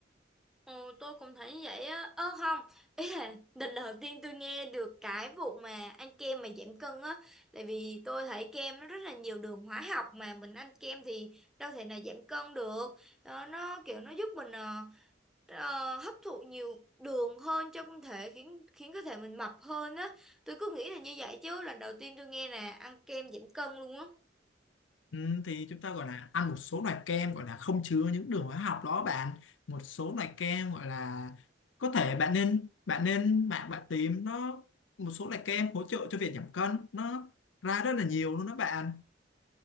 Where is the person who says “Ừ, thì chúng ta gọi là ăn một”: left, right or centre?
Left